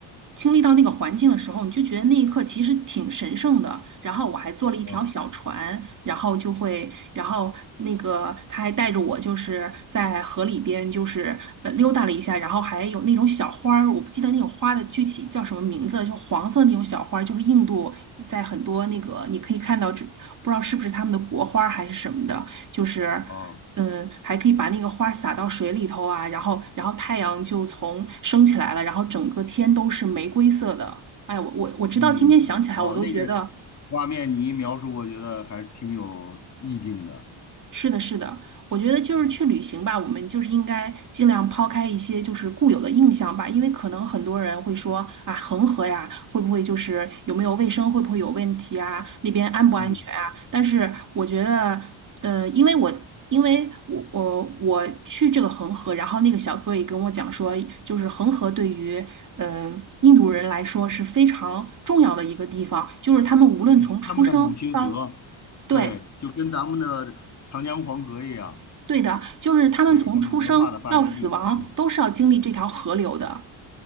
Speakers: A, on the right; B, on the left.
A: 经历到那个环境的时候，你就觉得那一刻其实挺神圣的。然后我还坐了一条小船，
B: 嗯
A: 然后就会，然后那个他还带着我，就是在河里边，就是呃溜达了一下，然后还有那种小花儿，我不记得那种花的具体叫什么名字，就黄色那种小花儿就是印度在很多那个你可以看到，这不知道是不是他们的国花儿还是什么的，就是。
B: 哦
A: 嗯，还可以把那个花儿撒到水里头啊，然后然后太阳就从升起来了，然后整个天都是玫瑰色的。哎我我我直到今天想起来，
B: 嗯哦，
A: 我都觉得。
B: 那个画面你一描述，我觉得还挺有意境的。
A: 是的，是的，我觉得就是去旅行吧，
B: 嗯
A: 我们就是应该尽量抛开一些就是固有的印象吧，因为可能很多人会说啊，恒河呀，会不会就是有没有卫生，会不会有问题啊，那边安不安全啊？
B: 嗯
A: 但是我觉得，呃，因为我因为我我我去这个恒河，然后那个小哥也跟我讲说，就是恒河对于嗯、呃印度人来说是非常重要的一个地方，就是他们无论从出生到
B: 嗯，他们的母亲河，
A: 对。
B: 对，就跟咱们的长江黄河一样，
A: 对的，就是他们从出生到死亡都是要经历这条河流的。
B: 对，他们文化的发源地。嗯